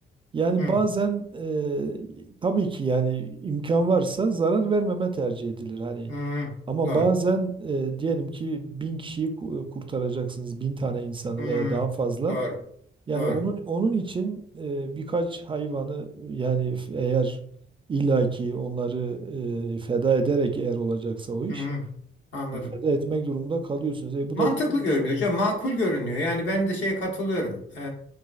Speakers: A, on the right; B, on the left.
A: Yani
B: hı,
A: bazen eee, tabii ki yani imkan varsa zarar vermeme tercih edilir hani.
B: hı,
A: Ama
B: doğru.
A: bazen eee, diyelim ki bin kişiyi ku- kurtaracaksınız, bin tane insanı
B: Hı,
A: veya daha fazla.
B: doğru.
A: Yani
B: Doğru.
A: onun onun için eee, birkaç hayvanı yani f- eğer illaki onları eee, feda ederek eğer olacaksa o iş
B: Hı, anladım.
A: feda etmek durumunda kalıyorsunuz. E bu
B: Mantıklı
A: da bütün
B: görünüyor hocam, makul görünüyor. Yani ben de şeye katılıyorum. Ee,